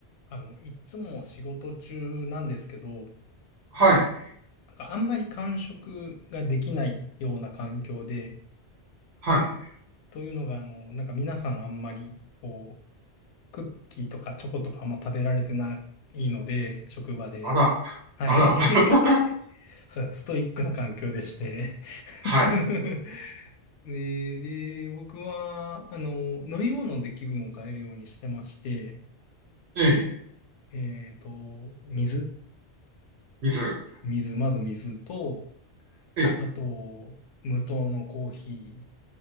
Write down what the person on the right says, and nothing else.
はい、
はい。
あら、
あら、<laughs>
はい。
ええ、
水。
ええ、